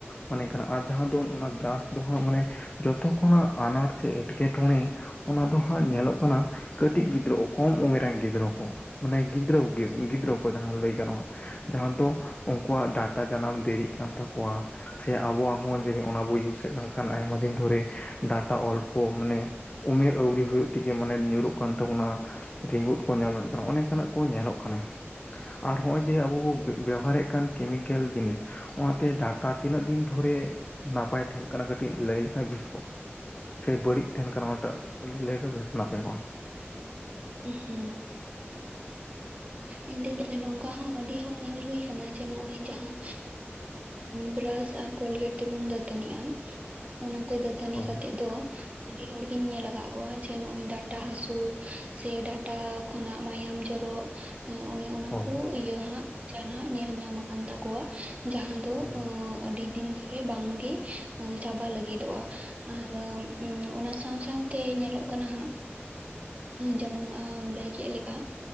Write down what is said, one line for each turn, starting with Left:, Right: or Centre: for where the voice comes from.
Left: ᱚᱱᱮ ᱮᱱᱠᱟᱱᱟ ᱟᱨ ᱡᱟᱦᱟᱸ ᱫᱚ, ᱚᱱᱟ ᱵᱨᱟᱥ ᱫᱚ ᱦᱟᱸᱜ ᱢᱟᱱᱮ ᱡᱚᱛᱚ ᱠᱷᱚᱱᱟ-ᱜ ᱟᱱᱟᱲ ᱪᱮ ᱮᱴᱠᱮᱴᱚᱬᱮᱸ ᱚᱱᱟ ᱫᱚ ᱦᱟᱸᱜ ᱧᱮᱞᱚᱜ ᱠᱟᱱᱟ᱾ ᱠᱟᱹᱴᱤᱡ ᱜᱤᱫᱽᱨᱟᱹ ᱠᱚᱢ ᱩᱢᱮᱨᱟᱱ ᱜᱤᱫᱽᱨᱟᱹ ᱠᱚ᱾ ᱢᱟᱱᱮ ᱜᱤᱫᱽᱨᱟᱹᱜᱮ ᱜᱤᱫᱽᱨᱟᱹ ᱠᱚ, ᱡᱟᱦᱟᱸ ᱞᱟᱹᱭ ᱜᱟᱱᱚᱜᱼᱟ᱾ ᱡᱟᱦᱟᱸ ᱫᱚ ᱩᱱᱠᱩᱣᱟ-ᱜ ᱰᱟᱴᱟᱸ ᱡᱟᱱᱟᱢ ᱫᱮᱨᱤᱜ ᱠᱟᱱ ᱛᱟᱠᱚᱣᱟ ᱾ ᱥᱮ ᱟᱵᱚᱣᱟ-ᱜ ᱦᱚᱸ ᱡᱮ ᱚᱱᱟ ᱵᱚᱱ ᱤᱭᱩᱥ ᱮᱫ ᱠᱟᱱ ᱠᱷᱟᱱ ᱟᱭᱢᱟ ᱫᱤᱱ ᱫᱷᱽᱚᱨᱮ ᱰᱟᱴᱟ ᱚᱞᱯᱚ ᱢᱟᱱᱮ ᱩᱢᱮᱨ ᱟᱹᱣᱨᱤ ᱦᱩᱭᱩᱜ ᱛᱮᱜᱮ ᱢᱟᱱᱮ ᱧᱩᱨᱩᱜ ᱠᱟᱱ ᱛᱟᱵᱚᱱᱟ᱾ ᱨᱤᱸᱜᱩᱫᱽ ᱠᱚ ᱧᱟᱢᱮᱫ ᱠᱟᱱᱟ᱾ ᱚᱱᱮ ᱝᱠᱟᱱᱟᱜ ᱠᱚ ᱧᱮᱞᱚᱜ ᱠᱟᱱᱟ᱾ ᱟᱨ ᱱᱚᱜᱼᱚᱭ ᱡᱮ ᱟᱵᱚ ᱵᱚᱱ ᱵᱮᱵᱚᱦᱟᱨᱮᱫ ᱠᱟᱱ ᱠᱮᱢᱤᱠᱮᱞ ᱡᱤᱱᱤᱥ, ᱚᱱᱟᱛᱮ ᱰᱟᱴᱟᱸ ᱛᱤᱱᱟᱹᱜ ᱫᱤᱱ ᱫᱷᱽᱚᱨᱮ ᱱᱟᱯᱟᱭ ᱛᱟᱦᱮᱱ ᱠᱟᱱᱟ ᱠᱟᱹᱴᱤᱡ ᱞᱟᱹᱭ ᱞᱮᱠᱷᱟᱱ ᱵᱮᱥ ᱠᱚᱜᱼᱟ᱾ ᱥᱮ ᱵᱟᱹᱲᱤᱡ ᱛᱟᱦᱮᱱ ᱠᱟᱱᱟ᱾ ᱚᱱᱟᱴᱟᱜ ᱞᱟᱹᱭ ᱠᱷᱟᱱ ᱵᱮᱥ ᱱᱟᱯᱟᱭ ᱠᱚᱜᱼᱟ ᱾
Right: ᱦᱩᱸ ᱾ ᱤᱧ ᱫᱩᱧ ᱞᱟᱹᱭ ᱱᱚᱝᱠᱟ ᱦᱚᱸ ᱟᱹᱰᱤ ᱦᱚᱲ ᱧᱮᱞ ᱦᱩᱭ ᱚᱱᱟ ᱡᱮ ᱱᱚᱜᱼᱚᱭ ᱡᱟᱦᱟᱸ ᱵᱨᱟᱥ ᱟᱨ ᱠᱳᱞᱜᱮᱴ ᱛᱮᱵᱚᱱ ᱫᱟᱹᱛᱟᱹᱱᱤᱜᱼᱟ᱾ ᱚᱱᱟᱛᱮ ᱫᱟᱹᱛᱟᱹᱱᱤ
Left: ᱦᱳᱭ
Right: ᱠᱟᱛᱮᱜ ᱫᱚ ᱟᱹᱰᱤ ᱦᱚᱲ ᱜᱤᱧ ᱧᱮᱞ ᱟᱠᱟᱫ ᱠᱚᱣᱟ ᱡᱮ ᱱᱚᱜᱼᱚᱭ ᱰᱟᱴᱟ ᱦᱟᱹᱥᱩ ᱥᱮ ᱰᱟᱴᱟ ᱠᱷᱚᱱᱟᱜ ᱢᱟᱭᱟᱢ ᱡᱚᱨᱚᱜ ᱦᱮᱸ ᱚᱱᱮ ᱚᱱᱟ
Left: ᱦᱳᱭ
Right: ᱠᱚ ᱤᱭᱟᱹ ᱦᱟᱸᱜ ᱟᱸᱡᱟᱨ ᱦᱟᱸᱜ ᱧᱮᱞ ᱧᱟᱢ ᱟᱠᱟᱱ ᱛᱟᱠᱚᱣᱟ ᱾ ᱡᱟᱦᱟᱸ ᱫᱚ
Left: ᱦᱳᱭ
Right: ᱟᱹᱰᱤ ᱫᱤᱱ ᱫᱷᱚᱨᱮ ᱵᱟᱝ ᱜᱮ ᱪᱟᱵᱟ ᱞᱟᱹᱜᱤᱫᱚᱜᱼᱟ ᱾ ᱟᱨ ᱚᱱᱟ ᱥᱟᱶ ᱥᱟᱶᱛᱮ ᱧᱮᱞᱚᱜ ᱠᱟᱱᱟ ᱦᱟᱸᱜ ᱡᱮᱢᱚᱱ ᱟᱢ ᱞᱟᱹᱭ ᱠᱮᱫ ᱞᱮᱠᱟ